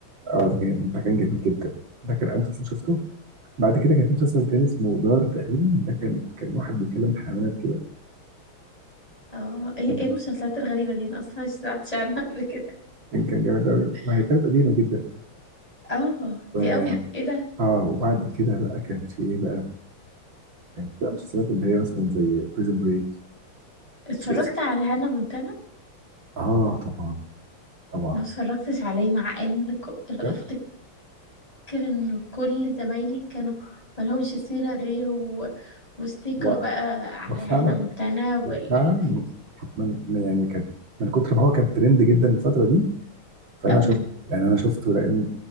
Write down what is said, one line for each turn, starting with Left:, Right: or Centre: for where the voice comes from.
Right: اه ده كان ده كان جميل جدا ده كان اول مسلسل شفته بعد كده كان في مسلسل تاني اسمه دار تقريبا ده كان كان واحد بيكلم الحيوانات كده
Left: اه ايه
Right: كان
Left: ايه المسلسلات الغريبه دي انا اصلا مش سمعتش عنها قبل كده
Right: كان جامد قوي ما هي كانت قديمه جدا
Left: اه
Right: و...
Left: دي قوي ايه ده
Right: اه وبعد كده بقى كان في ايه بقى كان في بقى مسلسلات اللي هي مثلا زي بريزن بريك
Left: اتفرجت
Right: شو
Left: على هانا مونتانا
Right: اه طبعا طبعا
Left: ما اتفرجتش عليه مع ان ك... افتكر
Right: بجد
Left: ان كل زمايلي كانوا ملهمش سيره غيره وستيكر
Right: هو
Left: بقى على
Right: هو فعلا
Left: هانا مونتانا وال...
Right: هو فعلا من من- يعني كان من كتر ما هو كان ترند جدا الفتره دي فانا
Left: قوي
Right: شفت يعني انا شفته لان